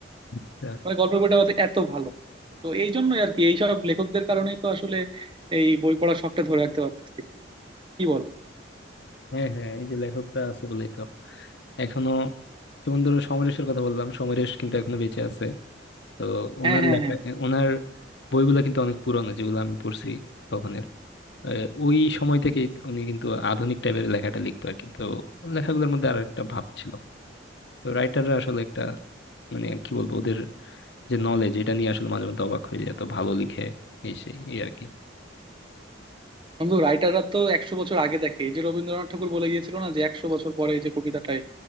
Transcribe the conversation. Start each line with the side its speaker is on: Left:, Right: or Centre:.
Left: আচ্ছা।
Right: মানে গল্পের বইটা হয়তো এত ভালো তো এই জন্যই আর কি এইসব লেখকদের কারণেই তো আসলে এই বই পড়ার শখটা ধরে রাখতে পারতেছি কি বলো
Left: হ্যাঁ হ্যাঁ এই যে লেখকরা আছে বলেই তো এখনো যেমন ধরো সমরেশের কথা বললাম সমরেশ কিন্তু এখনো বেঁচে আছে তো
Right: হ্যাঁ
Left: ওনার
Right: হ্যাঁ
Left: লেখা
Right: হ্যাঁ
Left: ওনার বইগুলো কিন্তু অনেক পুরনো যেগুলো আমি পড়ছি তখনের আহ, ওই সময় থেকেই উনি কিন্তু আধুনিক টাইপের লেখাটা লিখতো আর কি তো ওর লেখাগুলোর মধ্যে আর একটা ভাব ছিল তো রাইটাররা আসলে একটা মানে কি বলবো ওদের যে নলেজ এটা নিয়ে আসলে মাঝে মধ্যে অবাক হয়ে যায় এত ভালো লিখে এই সেই এই আর কি
Right: বন্ধু রাইটাররা তো একশো বছর আগে দেখে এই যে রবীন্দ্রনাথ ঠাকুর বলে গিয়েছিল না যে একশো বছর পরে এই যে কবিতাটাই